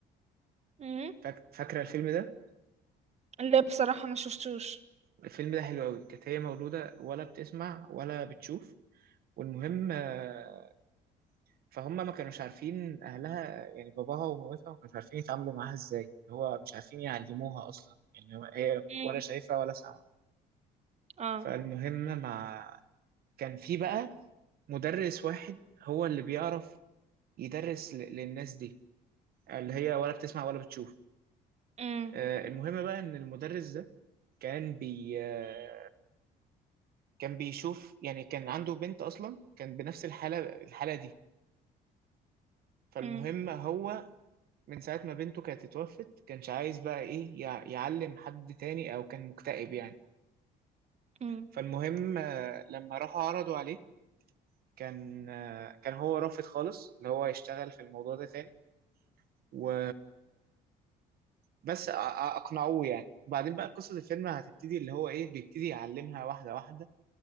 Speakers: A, on the right (about 40°); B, on the right (about 65°).
A: مم.
B: فاك- فاكرة الفيلم ده
A: لا بصراحة ما شفتوش
B: الفيلم ده حلو قوي كانت هي مولودة ولا بتسمع ولا بتشوف والمهم آه، فهم ما كانوش عارفين اهلها يعني باباها ومامتها ما كانوش عارفين يتعاملوا معاها ازاي اللي هو مش عارفين يعلموها اصلا يعني هو- هي
A: مم.
B: ولا شايفه ولا سامعه
A: اه
B: فالمهم مع كان في بقى مدرس واحد هو اللي بيعرف يدرس ل- للناس دي اللي هي ولا بتسمع ولا بتشوف
A: مم.
B: آه، المهم بقى ان المدرس ده كان بي آه، كان بيشوف يعني كان عنده بنت اصلا كان بنفس الحاله الحاله دي فالمهم
A: مم.
B: هو من ساعة ما بنته كانت اتوفت كانش عايز بقى ايه يع- يعلم حد تاني او كان مكتئب يعني
A: مم.
B: فالمهم آه، لما راحوا عرضوا عليه كان آه، كان هو رافض خالص اللي هو يشتغل في الموضوع ده تاني و بس أ- أ- اقنعوه يعني وبعدين بقى قصة الفيلم هتبتدي اللي هو ايه بيبتدي يعلمها واحدة واحدة